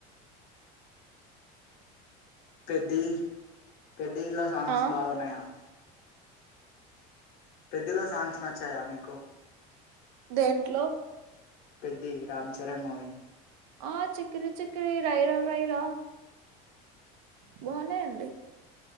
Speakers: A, on the left (about 55°); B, on the right (about 70°).
A: పెద్ది పెద్ది లా సాంగ్స్
B: ఆ
A: బాగున్నాయా పెద్ది లో సాంగ్స్ నచ్చాయా మీకు
B: దేంట్లో
A: పెద్ది రామ్ చరణ్ మూవీ
B: ఆ చిక్కిరి చిక్కిరి రైరా రైరా బాగున్నయండి